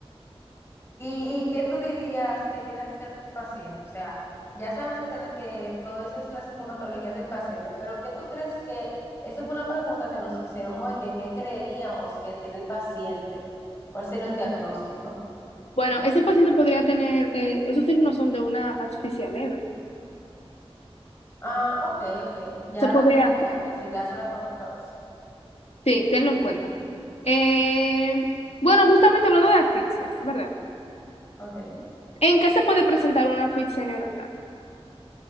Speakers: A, on the left; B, on the left.
A: ¿Y, y qué tú dirías que tiene este paciente? O sea, ya sabemos que, tiene- que todo eso es la sintomatología del paciente, pero ¿qué tú crees que, eso fue una pregunta que nos hicieron hoy, que qué creeríamos que tiene el paciente? ¿Cuál sería un diagnóstico?
B: Bueno, ese paciente podría tener, eh, esos signos son de una asfixia leve.
A: Ah, ok, ok, ya
B: Se podría
A: lo tendré
B: hacer.
A: en cuenta si le hace la pregunta otra vez.
B: Sí, tenlo en cuenta. Eh, bueno, justamente hablando de asfixias, ¿verdad?
A: Ok.
B: ¿En qué se puede presentar una asfixia neonatal?